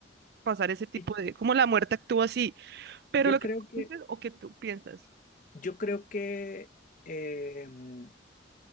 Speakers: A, on the right; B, on the left.
A: pasar ese tipo
B: Y
A: de, como la muerte actúa así. Pero
B: Yo
A: lo que
B: creo
A: tú
B: que
A: dices o que tú piensas,
B: Yo creo que em,